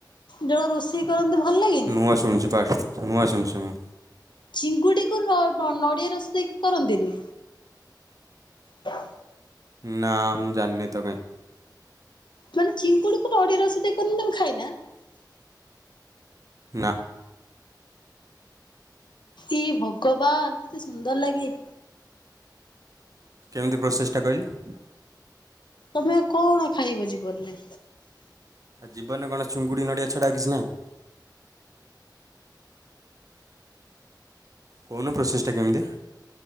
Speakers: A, on the left; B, on the right.
A: ଯୋଉ ରୋଷେଇ କରନ୍ତି ଭଲ ଲାଗନି?
B: ହଁ ଶୁଣୁଛି ପାଢ୍। ନୂଆ ଶୁଣୁଛି ମୁଁ।
A: ଚିଙ୍ଗୁଡିକୁ ନ ଡ ନଡ଼ିଆ ରସ ଦେଇକି କରନ୍ତିନି। ହଁ
B: ନା ମୁଁ ଜାଣିନି ତ କାଇଁ।
A: ମାନେ ଚିଙ୍କୁଡି କୋଟେ ଅଡିଆ ରସ ଦେଇ କରନୁ ତେ ଖାଇନା।
B: ନା।
A: ଏଇ ଭଗବାନ କେତେ ସୁନ୍ଦର ଲାଗେ।
B: କେମିତି ପ୍ରୋସେସ ଟା କହିଲ?
A: ତମେ କଣ ଖାଇବ ଜୀବନରେ?
B: ଜିବନରେ କଣ ଚୁଙ୍ଗୁଡ଼ି ନଡ଼ିଆ ଛଡ଼ା କିଛି ନାହିଁ। କୋହୁନୁ ପ୍ରୋସେସଟା କେମିତିଆ?